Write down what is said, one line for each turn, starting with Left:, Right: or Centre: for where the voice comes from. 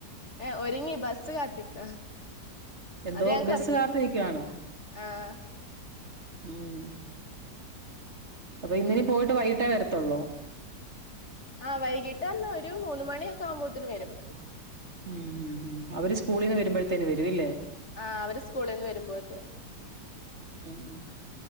Left: ഏഹ് ഒര്ങ്ങി ബസ്സ് കാത്ത്ക്ക
Right: എന്തോ
Left: അത് ഞങ്ങക്ക്
Right: ബസ്
Left: കൊ
Right: കാത്ത് നിക്കുവാണോ
Left: ആഹ്
Right: ഉം അപ്പൊ ഇന്നിനി പോയിട്ട് വൈകിട്ടെ വരത്തൊള്ളോ
Left: ആ വൈകീട്ട് റഞ്ഞ ഒരു മൂന്ന് മണിയൊക്കെ ആവുമ്പോത്തിന് വരും
Right: ഉം ഉം ഉം അവര് സ്കൂളിന്ന് വരുമ്പഴ്ത്തേന് വരുവല്ലേ
Left: ആഹ് അവര് സ്കൂളിന്ന് വരുമ്പോത്തിന്
Right: ഉം